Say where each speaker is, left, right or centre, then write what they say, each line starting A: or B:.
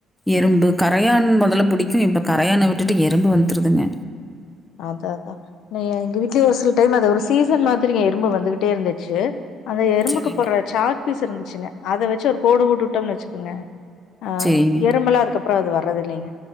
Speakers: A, in the centre; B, on the left.
A: எறும்பு
B: ம்
A: கரையான் மொதல்ல புடிக்கு இப்ப கரையான விட்டுட்டு எறும்பு வந்துருதுங்க
B: அதா அதா நீ எங்க வீட்லயு ஒரு சில டைம் அது ஒரு சீசன் மாதிரிங்க எறும்பு வந்துகிட்டே இருந்துச்சு அந்த எறும்புக்கு
A: சரிங்க.
B: போட்ற சாக்ப்பீஸ் இருந்துச்சுங்க அத வெச்சு ஒரு கோடு போட்டுட்டோம்னு வச்சுக்குங்க ஆ
A: சரிங்க.
B: எறும்பெல்லா அதுக்கப்ற அது வர்றதில்லைங்க